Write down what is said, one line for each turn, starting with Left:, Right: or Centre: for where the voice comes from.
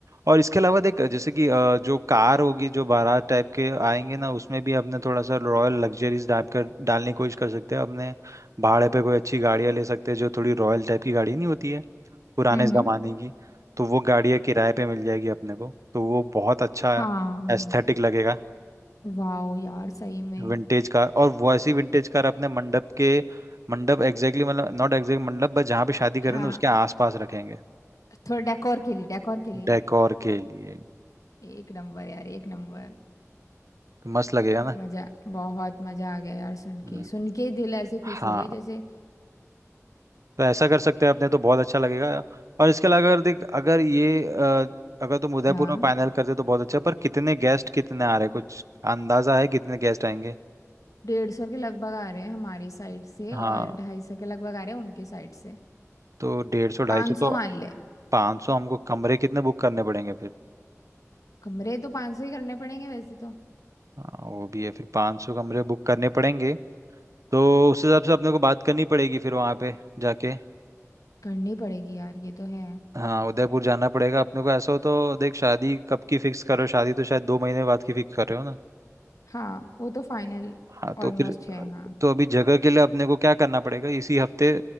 Right: और इसके अलावा देख जैसे कि अ, जो कार होगी जो बारात टाइप के आएंगे ना उसमें भी अपने थोड़ा सा रॉयल लग्जरीज टाइप का डालने की कोशिश कर सकते हैं अपने भाड़े पे कोई अच्छी गाड़ियाँ ले सकते हैं जो थोड़ी रॉयल टाइप की गाड़ी नहीं होती है पुराने
Left: हम्म
Right: ज़माने
Left: हम्म
Right: की तो वो गाड़ियाँ किराए पे मिल जाएगी अपने को तो वो बहुत अच्छा
Left: हाँ
Right: एस्थेटिक लगेगा
Left: वाओ यार सही में
Right: विंटेज कार और वैसी विंटेज कार अपने मंडप के मंडप एग्जैक्टली मतलब नॉट एग्जैक्ट मंडप बस जहाँ पे शादी करें
Left: हाँ
Right: ना उसके आसपास रखेंगे
Left: थोड़ा डेकोर के लिए डेकोर के लिए
Right: डेकोर
Left: ना
Right: के लिए तो
Left: एक नंबर यार एक नंबर
Right: मस्त लगेगा ना
Left: मजा बहुत मजा आ गया यार सुन
Right: हम्म।
Left: के सुन के ही दिल ऐसे खुश
Right: हाँ
Left: हो गया जैसे
Right: तो ऐसा कर सकते हैं अपने तो बहुत अच्छा लगेगा और इसके अलावा अगर देख अगर ये अ, अगर तुम उदयपुर
Left: हाँ
Right: में फाइनल करते तो बहुत अच्छा पर कितने गेस्ट कितने आ रहे हैं कुछ अंदाजा है कितने गेस्ट आएंगे
Left: डेढ़ सौ के लगभग आ रहे हैं हमारी साइड से और
Right: हाँ
Left: ढाई सौ के लगभग आ रहे हैं उनके साइड से
Right: तो डेढ़ सौ
Left: पाँच
Right: ढाई सौ
Left: सौ
Right: तो
Left: मान ले
Right: पाँच सौ हमको कमरे कितने बुक करने पड़ेंगे फिर
Left: कमरे तो पाँच सौ ही करने पड़ेंगे वैसे तो
Right: हाँ वो भी है फिर पाँच सौ कमरे बुक करने पड़ेंगे तो उस हिसाब से अपने को बात करनी पड़ेगी फिर वहाँ पे जाके
Left: करनी पड़ेगी यार ये तो है
Right: हाँ उदयपुर जाना पड़ेगा अपने को ऐसा हो तो देख शादी कब की फिक्स करो शादी तो शायद दो महीने बाद की फिक्स कर रहे हो ना
Left: हाँ वो तो फाइनल
Right: हाँ तो
Left: ऑलमोस्ट
Right: फिर
Left: है
Right: अ,
Left: हाँ
Right: तो अभी जगह के लिए अपने को क्या करना पड़ेगा इसी हफ्ते